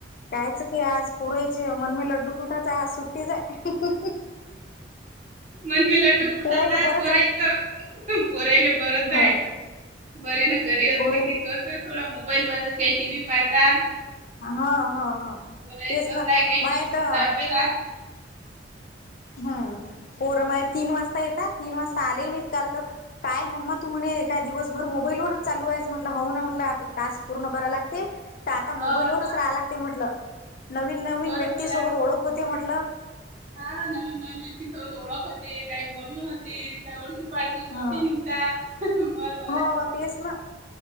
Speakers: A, on the left (about 50°); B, on the right (about 40°).
A: शाळेचं काय आज पोरायचे मन मे लड्डू फुटाचं आहे आज सुट्टीच आहे.
B: मन मे लड्डू फुटतात
A: पोरायला बरंच
B: पोरायचं,
A: आहे
B: पोरायला बरच
A: हो
B: आहे. बरे ना घरी असले
A: पुरेल
B: की कस थोडा मोबाईल पाहतात, काही टी व्ही पाहतात.
A: हा हा हा
B: पोरायचं
A: तेच ना
B: असं आहे काही ट्युशनचा
A: मा तर
B: अभ्यास
A: हम पोर मा तीन वाजता येत तीन वाजता चाले नाहीत काल तर काय मम्मा तू म्हणे काय दिवसभर मोबाईलवरच चालू आहे म्ह राहुलला ना म्हटलं आप टास्क पूर्ण कराय लागते तर आता
B: हो
A: मोबाईल वरच
B: टाक
A: राहा लागते म्हटलं. नवीन नवीन
B: बरोबर
A: व्यक्तीसोबत
B: आहे
A: ओळख होते म्हटलं.
B: हा नवीन नवीन व्यक्तीसोबत ओळख होते, काही बोलणं होते, काही ओळखी पाळखी,
A: हा
B: <inaudible> निघतात. बर
A: हो तेच ना